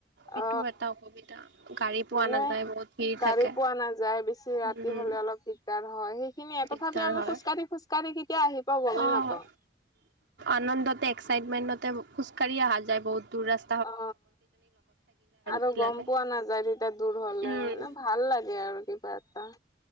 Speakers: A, on the right; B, on the left.
A: এইটো
B: অ।
A: এটা অসুবিধা, গাড়ী পোৱা
B: মানে
A: নাযায় বহুত ভিৰ
B: গাড়ী
A: থাকে।
B: পোৱা নাযায়। বেছি ৰাতি
A: উম,
B: হ'লে অলপ দি দাৰ হয়, সেইখিনিয়ে
A: দিগদাৰ
B: তথাপিও আমি
A: হয়।
B: খোজ কাঢ়ি খোজ কাঢ়ি কেতিয়া আহি পাও গমেই
A: অ',
B: নাপাওঁ।
A: আনন্দতে এক্সাইটমেনতে খোজকাঢ়ি আহা যায় বহুত দূৰ ৰাচ
B: অ, আৰু
A: কি
B: গম
A: লাগে।
B: পোৱা নাযায় তেতিয়া দূৰ হলেওঁ।
A: উম,
B: মানে ভাল লাগে আৰু কি কিবা এটা